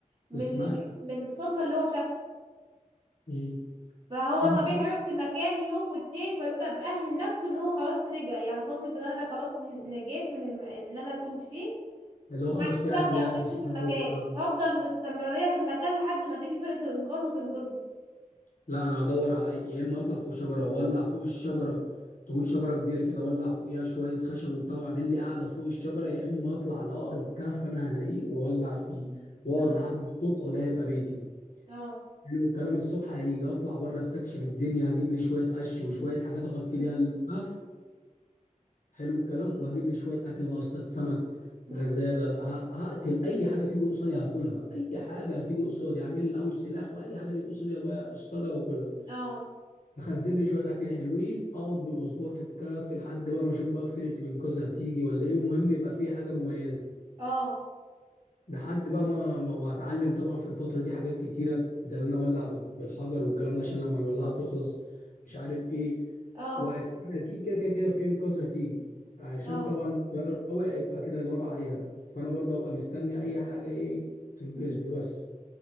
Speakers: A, on the right (about 35°); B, on the left (about 70°).
A: من
B: اسمعي
A: ال- من الصدمة اللي هو شافها
B: مم.
A: فهو
B: انت
A: طبيعي هيقعد في المكان يوم واتنين فبيبقى مأهل نفسه ان هو خلاص نجا يعني صدمة ان انا خلاص ن- نجيت من الم... اللي انا كنت فيه
B: اللي هو
A: وبعد
B: خلاص في
A: كده
B: اكل
A: ابدأ
B: يعني
A: استكشف
B: وشرب
A: المكان
B: والكلام
A: فافضل مستمرية في المكان لحد ما تيجي فرقة الانقاذ وتنقذني
B: لا انا هدور على اي يا اما اطلع فوق شجره واولع فوق الشجره تكون شجره كبيره كده اولع فوقيها شويه خشب وبتاع واعمل لي قاعده فوق الشجره يا اما اطلع لاقرب كهف انا هلاقيه واولع فيه واقعد
A: اه
B: لحد الصبح وده هيبقى بيتي
A: اه
B: حلو الكلام الصبح هيجي اطلع بره استكشف الدنيا هجيب لي شويه قش وشويه حاجات اغطي
A: أمم،
B: بيها الكهف حلو الكلام وهجيب لي شويه اكل بقى استاذ سمك
A: أمم،
B: غزاله ه- هقتل اي حاجه تيجي قصادي هاكلها اي حاجه هتيجي قصادي هعمل لي الاول سلاح واي حاجه تيجي قصادي يا ابويا اصطادها واكلها
A: اه
B: اخزن لي شويه اكل حلوين اقعد بالاسبوع في الكهف لحد بقى ما اشوف بقى فرقه الانقاذ هتيجي ولا ايه والمهم يبقى في حاجه مميزه
A: اه
B: لحد بقى ما, ما وهتعلم طبعا في الفتره دي حاجات كتيره زي ان انا اولع بال- بالحجر والكلام ده عشان لما الولاعه تخلص مش عارف ايه
A: اه
B: واكيد اكيد كده كده كده في انقاذ هتيجي عشان
A: اه
B: طبعا الطياره وقعت فاكيد هيدوروا عليها فانا برضه ابقى مستني اي حاجه ايه تنقذني
A: أمم،
B: بس